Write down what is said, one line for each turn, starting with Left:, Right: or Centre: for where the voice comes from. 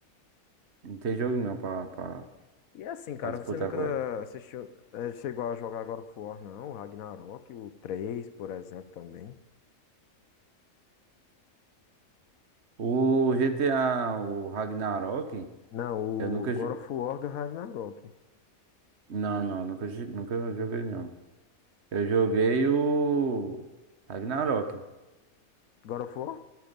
Right: Não tem jogo não pra, pra,
Left: E é assim, cara,
Right: pra disputar
Left: você nunca
Right: com ele.
Left: assistiu, eh, chegou a jogar God of War, não? O Ragnarok, o 3, por exemplo, também.
Right: O GTA, o Ragnarok,
Left: Não, o
Right: eu nunca.
Left: God
Right: jo-
Left: of War do Ragnarok.
Right: Não, não, nunca, jo- nunca joguei, não. Eu joguei o Ragnarok.
Left: God of War?